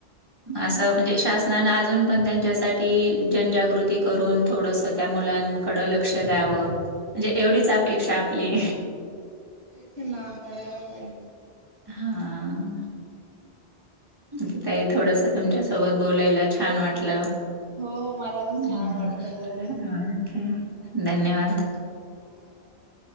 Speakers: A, on the right; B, on the right.
A: असं म्हणजे शासनानं अजून पण त्यांच्यासाठी जनजागृती करून थोडंसं त्या मुलां ड लक्ष द्यावं म्हणजे एवढीच अपेक्षा आपली-
B: तेच ना करायला पाहिजे-
A: हा- निकि ताईही थोडस तुमच्यासोबत बोलायला छान वाटत-
B: हो मला पण छान
A: हॅलो
B: वाटलं
A: <inaudible>
B: बोलून.
A: आणि काय
B: चालेल
A: धन्यवाद
B: हा बाई-